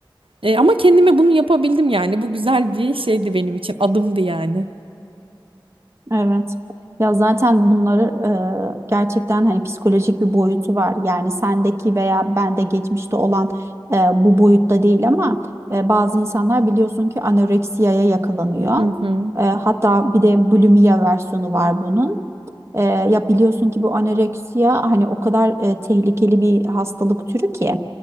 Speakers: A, on the right; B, on the right.
A: E, ama kendime bunu yapabildim yani. Bu güzel bir şeydi benim için. Adımdı yani.
B: Evet. Ya zaten bunları e, gerçekten hani psikolojik bir boyutu var. Yani sendeki veya bende geçmişte olan e, bu boyutta değil ama e, bazı insanlar biliyorsun ki anoreksiyaya yakalanıyor.
A: Hı hı.
B: E, hatta bir de bulimiya versiyonu var bunun. E, ya biliyorsun ki bu anoreksiya hani o kadar e, tehlikeli bir hastalık türü ki